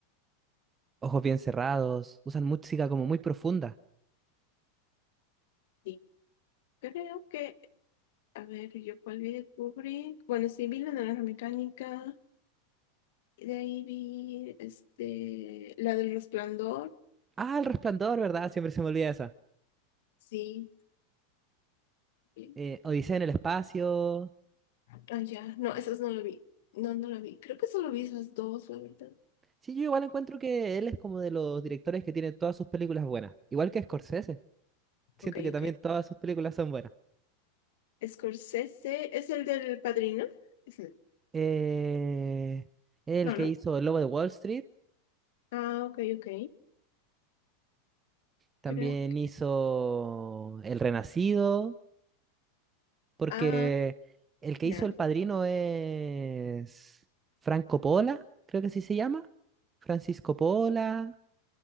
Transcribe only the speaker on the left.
sí, creo que, a ver, yo cuál vi de Kubrick. Bueno, sí, vi La Naranja Mecánica, y de ahí vi, este, la del Resplandor,
sí. bien.
Ah, ya, no, esas no lo vi. No, no lo vi. Creo que solo vi esas dos, la verdad.
Ok,
ok.
Scorsese es el del Padrino. Es el-
No,
no.
Ah, ok, ok.
Creo que.
Ah,
ya.